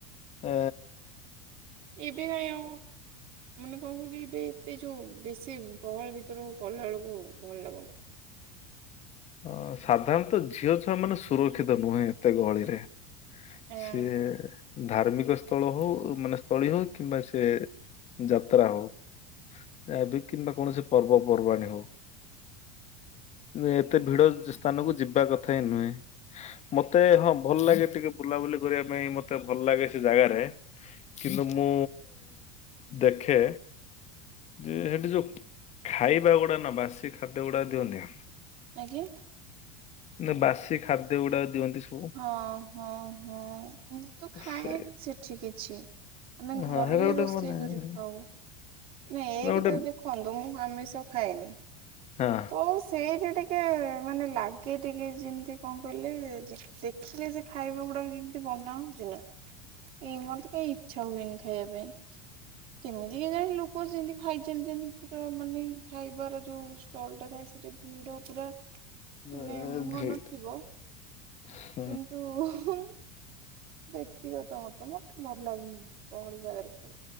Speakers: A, on the left (about 35°); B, on the right (about 65°).
A: ଆ
B: ଏବେ କାଇଁ ଆଉ ମାନେ କଣ କିଲ ଏବେ ଏତେ ଯୋଉ ବେଶୀ ଗହଳ ଭିତରୁକୁ ଗଲା ବେଳକୁ ଭଲ ଲାଗୁନି
A: ଅ ସାଧାରଣତଃ ଝିଅ ଛୁଆ ମାନେ ସୁରକ୍ଷିତ ନୁହେଁ ଏତେ ଗହଳିରେ
B: ଆଁ,
A: ସିଏ ଧାର୍ମିକ ସ୍ଥଳ ହଉ ମାନେ ସ୍ଥଳୀ ହଉ କିମ୍ବା ସେ ଯାତ୍ରା ହଉ ଏବେ କିମ୍ବା କୌଣସି ପର୍ବପର୍ବାଣି ହଉ ଏତେ ଭିଡ଼ ଜ -ସ୍ଥାନକୁ ଯିବା କଥା ହିଁ ନୁହେଁ ମତେ ହଁ ଭଲ ଲାଗେ ଟିକେ ବୁଲାବୁଲି କରିବା ପାଇଁ ମତେ ଭଲ ଲାଗେ ସେ ଜାଗାରେ କିନ୍ତୁ ମୁଁ ଦେଖେ ଯେ ସେଠି ଯୋଉ ଖାଇବା ଗୁଡା ନା ବାସି ଖାଦ୍ୟ ଗୁଡାକ ଦିଅନ୍ତି ଆ
B: ଆଜ୍ଞା
A: ନା ବାସି ଖାଦ୍ୟ ଗୁଡା ଦିଅନ୍ତି ଶୁ
B: ହଁ ହଁ ହଁ ମୁଁ ତ ଖାଏନି
A: ସେ
B: ସେଠି କିଛି ଆମେ ଘରେ
A: ହଁ ହେରା
B: ହିଁ
A: ଗୋଟେ
B: ରୋଷେଇ
A: ମାନେ
B: କରିକି
A: ହେରା
B: ଖାଉ ନାଇଁ ଏଇକି
A: ଗୋଟେ
B: ତ ଯଦି ଦେଖନ୍ତୁ ମୁଁ ଆମିଷ ଖାଏନି
A: ହଁ
B: ତୋଶ୍ ସେଇଠୀ ଟିକେ ମାନେ ଲାଗେ ଟିକେ ଯେମିତି କଣ କହିଲେ ଦେଖିଲେ ସେ ଖାଇବା ଗୁଡାକ ଯେମିତି ବନା ହଉଛି ନା ଏଇ ମାନ୍ ତ କାଇ ଇଚ୍ଛା ହୁଏନି ଖାଇବା ପାଇଁ କେମିତି କି ଜାଣି ଲୋକ ସେମିତି ଖାଇଚାଲିଛନ୍ତି ପୁରା ମାନେ ଖାଇବାର ଯୋଉ ଷ୍ଟଲ ଟା ଥାଏ ସେଠି ଭିଡ ପୁରା
A: ନା
B: ମାନେ ମୁହଁ
A: ଘେଟ୍
B: ନଥିବ
A: <unintelligible>
B: କିନ୍ତୁ। ହୁ ମୁଁ ବ୍ୟକ୍ତିଗତ ମତ ମତେ ଭଲ ଲାଗେନି ଗହଳି ଜାଗାରେ ଖେଳି